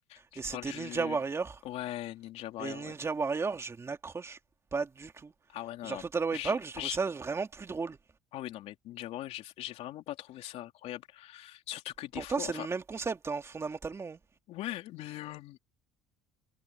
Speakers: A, on the left; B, on the right.
A: Tu
B: Et c'était
A: parles du...
B: Ninja Warrior,
A: Ouais, Ninja Warrior,
B: Et Ninja
A: ouais.
B: Warrior, je n'accroche pas du tout.
A: Ah ouais, non,
B: Genre
A: non.
B: Total Wipeout,
A: j'ai-
B: j'ai trouvé
A: j'ai-
B: ça vraiment plus drôle.
A: Ah oui, non, mais Ninja Warrior, j'ai j'ai vraiment pas trouvé ça incroyable. Surtout que des
B: Pourtant,
A: fois,
B: c'est
A: enfin...
B: le même concept, hein, fondamentalement. hein.
A: Ouais, mais... euh,